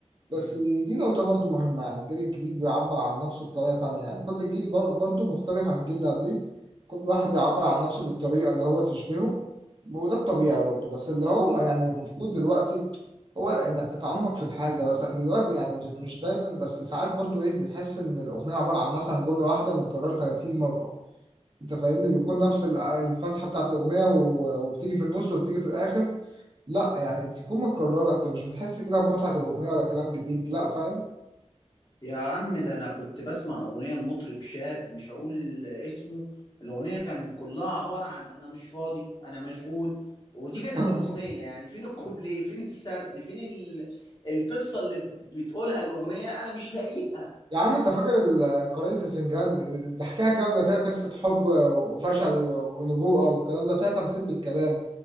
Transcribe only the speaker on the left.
مم.
يا عم ده انا كنت بسمع اغنيه لمطرب شاب مش هقول اسمه الاغنيه كان كلها عباره عن انا مش فاضي انا مشغول ودي كانت
الاغنيه يعني فين الكوبليه فين السرد فين ال... القصه اللي بتقولها الاغنيه انا مش لاقيها